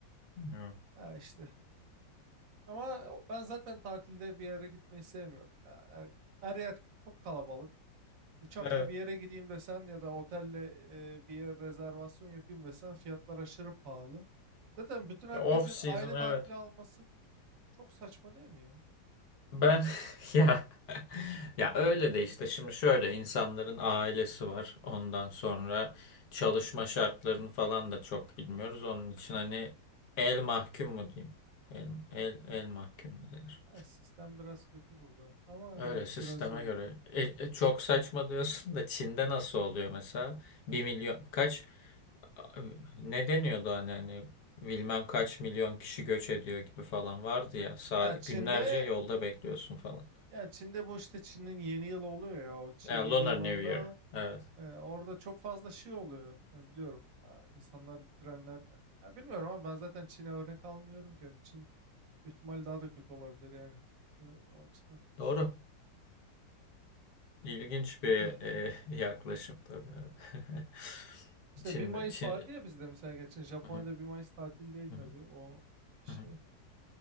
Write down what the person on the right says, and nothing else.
Ya işte. Ama o- ben zaten tatilde bir yere gitmeyi sevmiyorum. Ya Yani her yer çok kalabalık. Uçakla
bir yere gideyim desen ya da otelle e, bir yer rezervasyon yapayım desen fiyatlar aşırı pahalı. Zaten bütün herkesin
aynı
tatili alması çok saçma değil mi ya?
Evet, sistem biraz kötü burada. Ama yani
evet
biraz öyle.
Ya Çin'de
ya Çin'de bu işte Çin'in yeni yılı oluyor ya. O Çin
yeni
yılında
e, orada çok fazla şey oluyor. Hani biliyorum a, insanlar trenler ya bilmiyorum ama ben zaten Çin'e örnek almıyorum ki. Yani Çin ihtimal daha da kötü olabilir yani. E, o açıdan.
<sighs>
İşte
bir Mayıs
vardı ya bizde mesela geçen Japonya'da
bir Mayıs tatil değil
tabii
o şey